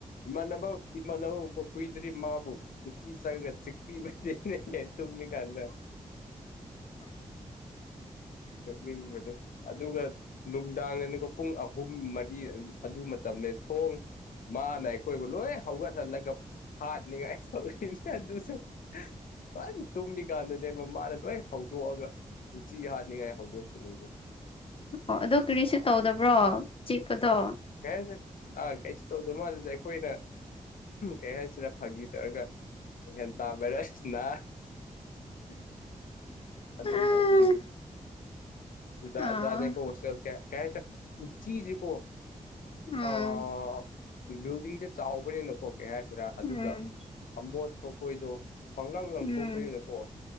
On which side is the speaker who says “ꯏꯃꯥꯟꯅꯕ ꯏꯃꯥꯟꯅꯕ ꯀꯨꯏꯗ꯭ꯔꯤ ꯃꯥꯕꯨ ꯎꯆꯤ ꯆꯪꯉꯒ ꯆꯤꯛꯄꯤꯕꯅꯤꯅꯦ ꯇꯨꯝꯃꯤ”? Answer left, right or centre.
Left